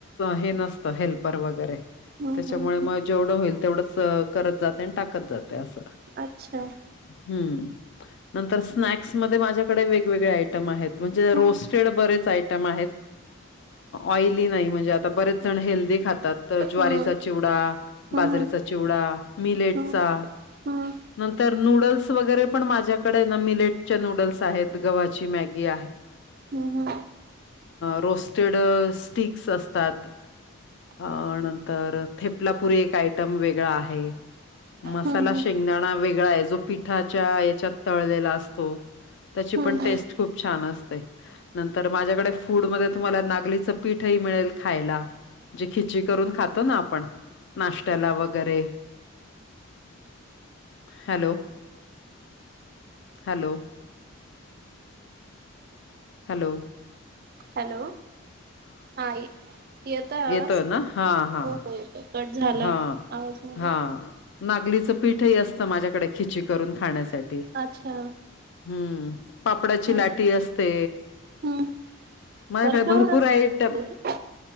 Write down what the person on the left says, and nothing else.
हे नसतं हेल्पर वगैरे
त्याच्यामुळे
मग जेवढं होईल तेवढंच करत जाते आणि टाकत जाते असं.
ह् नंतर स्नॅक्स म माझ्याकडे वेगवेगळे आयटम आहेत म्हणजे
रोस्ट ड बरेच आयटम आहेत ऑइली नाही म्हणजे आता बरेच जण हेल्दीी खातात. तर ज्वारीचा
चिवडा
बाजरेचा चिवडा मिलेटचा
नंतर नूडल्स वगैरे पण माझ्याकडे ना मिलेटच्या नूडल्स आहेत गव्हाची मॅगी
रोस्टेड स्ट्स असतात. अ नंतर थेपलापुरी एक आयटम वेगळा आहे. मसाला
शेंगदाणा वेगळा आहे जो पिठाच्या याच्यात. तळलेला असतो त्याची
पण
टेस्ट खूप छान असते. नंतर माझ्याकडे फूडमध्ये तुम्हाला नागलीचं पीठही मिळेल खायला. जी खिची करून खातो ना आपण नाश्त्याला वगैरे हॅलो हॅलो. हॅलो.
येतोय
ना? हां, हां.
हां,
हां. नागलीचं पीठही असतं माझ्याकडे खिची करून खाण्यासाठी
हम्म पापडाची
लाटी असते.
माझ्याकडे
भरपूर
आयटम